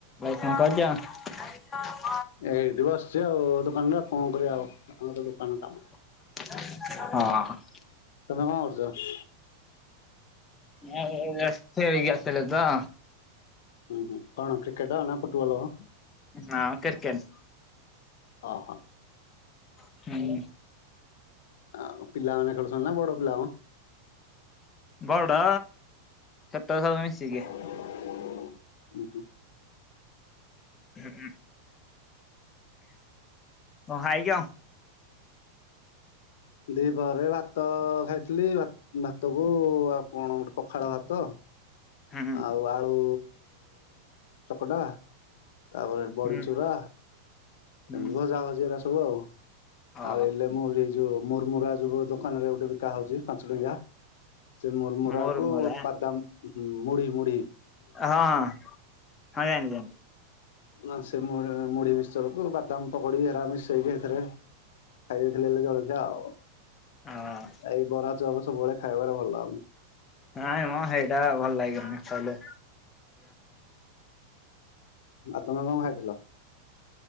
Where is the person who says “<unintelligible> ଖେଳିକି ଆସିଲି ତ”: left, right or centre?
Left